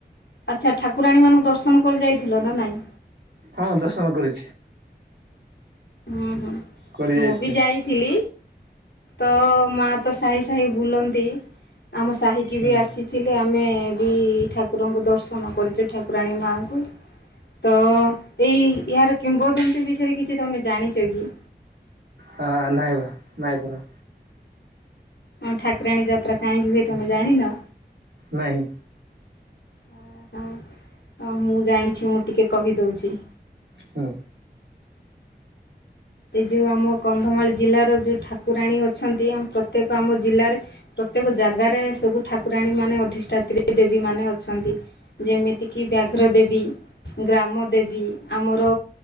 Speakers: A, on the left; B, on the right.
A: ଆଚ୍ଛା ଠାକୁରାଣୀ ମାନଙ୍କୁ ଦର୍ଶନ କରି ଯାଇଥିଲ ନା ନାଇଁ?
B: ହଁ ଦର୍ଶନ କରିଛି।
A: ହୁଁ ହୁଁ
B: କରି ଯାଇଥିଲେ
A: ମୁଁ ବି ଯାଇ ଥିଲି, ତ ମା ତ ସାହି ସାହି ବୁଲନ୍ତି, ଆମ ସାହି କି
B: ହୁଁ
A: ବି ଆସିଥିଲେ ଆମେ ବି ଠାକୁରଙ୍କୁ ଦର୍ଶନ କରିଛୁ ଠାକୁରାଣୀ ମାଙ୍କୁ। ତ ଏଇ ଏହାର କିମ୍ବଦନ୍ତୀ ବିଷୟରେ କିଛି ତମେ ଜାଣିଛ କି?
B: ହଁ ନାଇଁ ବା ନାଇଁ ପୁର।
A: ଆମ ଠାକୁରାଣୀ ଯାତ୍ରା କାହିଁକି ହୁଏ ତମେ ଜାଣିନ?
B: ନାଇଁ।
A: ଆହା ତ ମୁଁ ଜାଣିଛି ମୁଁ ଟିକେ କହିଦଉଚି
B: ହୁଁ।
A: ଏ ଯେଉ ଆମ କନ୍ଧମାଳ ଜିଲ୍ଲାର ଯେଉ ଠାକୁରାଣୀ ଅଛନ୍ତି ଆମ ପ୍ରତ୍ୟେକ ଆମ ଜିଲ୍ଲାରେ ପ୍ରତ୍ୟେକ ଜାଗାରେ ସବୁ ଠାକୁରାଣୀ ମାନେ ଅଧିଷ୍ଠାତ୍ରୀି ଦେବୀ ମାନେ ଅଛନ୍ତି। ଯେମିତି କିି ବ୍ୟାଘ୍ର ଦେବୀ ଗ୍ରାମ ଦେବୀ ଆମର